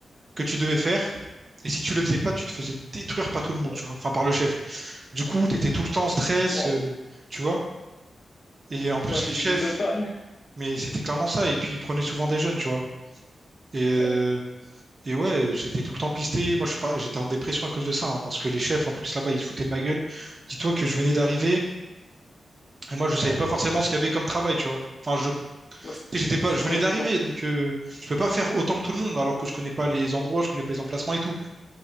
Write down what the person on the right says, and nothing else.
que tu devais faire. Et si tu le faisais pas, tu te faisais détruire par tout le
monde, tu vois. Enfin, par le chef. Du coup, tu étais tout le temps en stress,
euh, tu vois. Et en plus,
les chefs,
mais c'était clairement ça. Et puis, ils prenaient souvent des jeunes, tu vois. Et, euh,
et ouais, j'étais tout le temps pisté. Moi, je suis pas, j'étais en dépression à cause de ça, hein, parce que les chefs, en plus, là-bas, ils se foutaient de ma gueule. Dis-toi que je venais d'arriver. Et moi, je
savais pas forcément
ce qu'il y avait comme travail, tu vois. Enfin, je, tu
sais, j'étais pas,
je
venais
d'arriver, donc euh, je peux pas faire autant que tout le monde, alors que je connais pas les endroits, je connais pas les emplacements et tout.